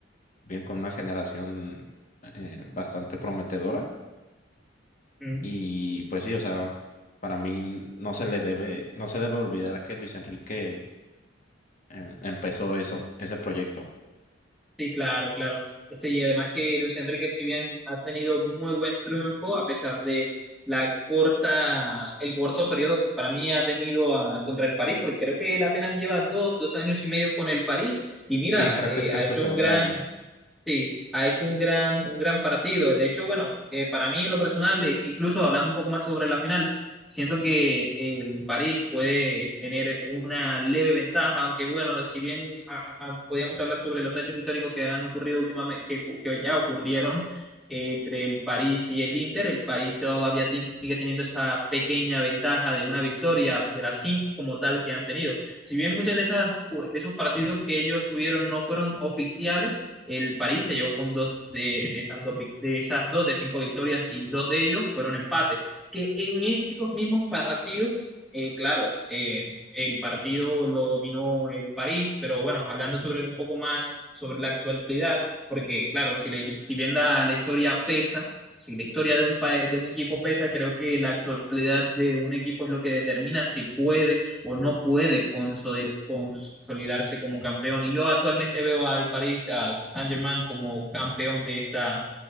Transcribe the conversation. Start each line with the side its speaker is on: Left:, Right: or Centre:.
Left: bien con una generación eh, bastante prometedora.
Centre: Mm,
Left: Y pues sí, o sea, para mí no se le debe, no se debe olvidar que Luis Enrique eh, empezó eso, ese proyecto.
Centre: Sí, claro, claro. Este, y además que Luis Enrique, si bien ha tenido muy buen triunfo, a pesar de la corta, el corto periodo que para mí ha tenido ah, contra el París, porque creo que él apenas lleva dos, dos años y medio con el París, y mira,
Left: Sí, creo
Centre: eh,
Left: que este
Centre: ha
Left: es
Centre: hecho
Left: su segundo
Centre: un gran,
Left: año.
Centre: Sí, ha hecho un gran, un gran partido. De hecho, bueno, eh, para mí en lo personal, eh, incluso hablando un poco más sobre la final, siento que eh, el París puede tener una leve ventaja, aunque bueno, si bien ah, podíamos hablar sobre los hechos históricos que han ocurrido últimamente, que, que ya ocurrieron eh, entre el París y el Inter, el París todavía tiene, sigue teniendo esa pequeña ventaja de una victoria de las cinco como tal que han tenido. Si bien muchas de esas, de esos partidos que ellos tuvieron no fueron oficiales, el París se llevó con dos de, de esas dos de esas dos de cinco victorias y dos de ellos fueron empates. Que en esos mismos partidos, eh, claro, eh, el partido lo dominó el París, pero bueno, hablando sobre un poco más sobre la actualidad, porque claro, si, le, si bien la, la historia pesa, si la historia de un, pa- de un equipo pesa, creo que la actualidad de un equipo es lo que determina si puede o no puede consolid- consolidarse como campeón. Y yo actualmente veo al París, a Angerman como campeón de esta,